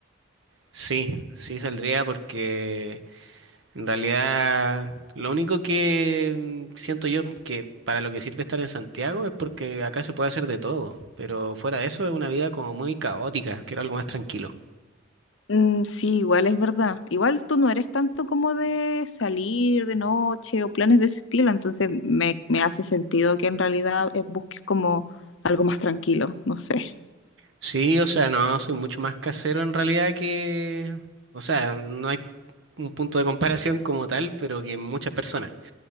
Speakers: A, on the right; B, on the left.
A: Sí, sí saldría porque en realidad lo único que mm, siento yo que para lo que sirve estar en Santiago es porque acá se puede hacer de todo, pero fuera de eso es una vida como muy caótica, quiero algo más tranquilo.
B: Mm, sí, igual es verdad. Igual tú no eres tanto como de salir de noche o planes de ese estilo, entonces me, me hace sentido que en realidad eh, busques como algo más tranquilo, no sé.
A: Sí, o sea, no, soy mucho más casero en realidad que, o sea, no hay un punto de comparación como tal, pero que en muchas personas.